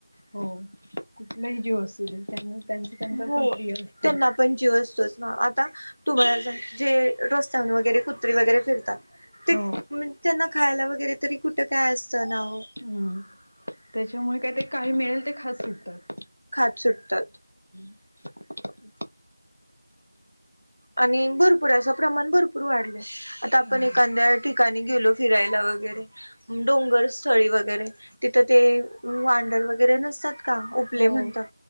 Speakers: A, on the left (about 35°); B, on the left (about 70°).
A: हो कुठलाही जीव असू दे त्यांना त्यांच त्यांचा
B: हो
A: पण प्रिय असतात.
B: त्यांना पण जीव असतोच ना आता <unintelligible> वगैरे फिरतात ते
A: हो.
B: त्यांना खायला वगैरे तरी कुठं काय असतं नाव
A: हम् त्याच्यामुळे काय ते काही मिळेल ते खात सुटतात.
B: खात सुटतात.
A: <unintelligible>
B: आणि भरपूर अस अस प्रमाण भरपूर वाढला. आता आपण
A: हो.
B: एखाद्या ठिकाणी गेलो फिरायला वगैरे डोंगर स्थळी वगैरे तिथं ते वांढर वगैरे नसतात का उपले
A: हो
B: म्हणतात.